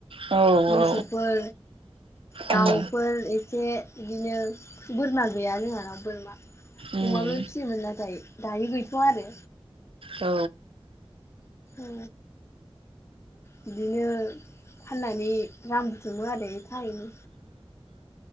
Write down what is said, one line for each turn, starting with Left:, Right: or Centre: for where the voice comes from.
Right: औ
Left: मोसौफोर
Right: औ
Left: दाउफोर
Right: उम
Left: ए एसे बिदिनो बोरमा गैया जोंहाना बोरमा
Right: उम
Left: अमाबो फिसियोमोन नाथाय दायो गैथ'वा आरो
Right: औ
Left: औ बिदिनो फाननानै रां बुथुमो आरो एफा एनै